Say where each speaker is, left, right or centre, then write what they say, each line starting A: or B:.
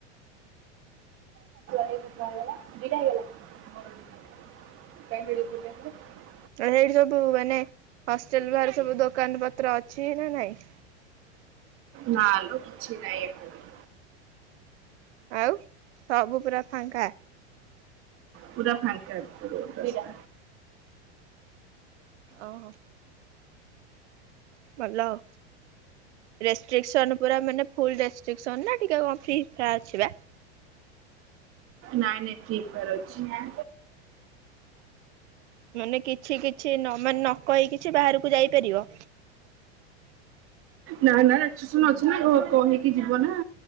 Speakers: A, on the right; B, on the right.
A: <unintelligible>
B: ସେଇଠି ସବୁ ମାନେ ହଷ୍ଟେଲ ବାହାରେ ସବୁ ଦୋକାନ ପାଖରେ ଅଛି ନା ନାଇଁ?
A: ନାଲୋ କିଛି ନାଇଁ ଏଠୀ।
B: ଆଉ ସବୁ ପୁରା ଫାଙ୍କା।
A: ପୁରା ଫାଙ୍କ ପୁରା ଫାଙ୍କା।
B: ଓହୋ। ଭଲ ଆଉ। ରେଷ୍ଟ୍ରିକସନ ପୁର ମାନେ ଫଲ ରେଷ୍ଟି କସନ ନା ଟିକେ କଣ ଫି ଫ ଅଛି ବା।
A: ନାଇଁ ନାଇଁ ଫ୍ରି ଫ୍ରା ଅଛି ନା।
B: ମାନେ କିଛି କିଛି ନ ମାନେ ନ କହି କିଛି ବାହାରକୁ ଯାଇପାରିବ।
A: ନା ନା ରାକ୍ଷସନ ଅଛି କହିକି ଯିବ ନା